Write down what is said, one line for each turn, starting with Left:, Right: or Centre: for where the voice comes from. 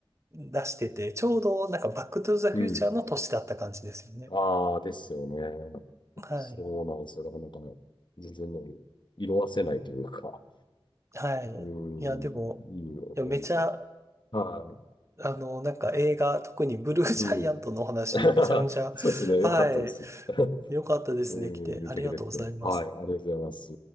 Right: 出してて、ちょうどなんかバックトゥーザフューチャーの年だった感じですよね。
Left: い。うん。ああ、ですよね。
Right: はい。
Left: そうなんですよ。だからなんか、全然ね、色褪せないというか、
Right: はい。
Left: うん、
Right: いや、でも、
Left: いい思い出で。
Right: いや、めちゃ
Left: はい。
Right: あの、なんか映画、特にブルージャイアントのお話、
Left: うん。<laughs>
Right: めちゃめちゃ、
Left: そうですね。よかったです。
Right: はい、
Left: <laughs>
Right: 良かったですね。
Left: うん、
Right: 来て、
Left: 見てくれてて。
Right: ありがとうございます。
Left: はい、ありがとうございます。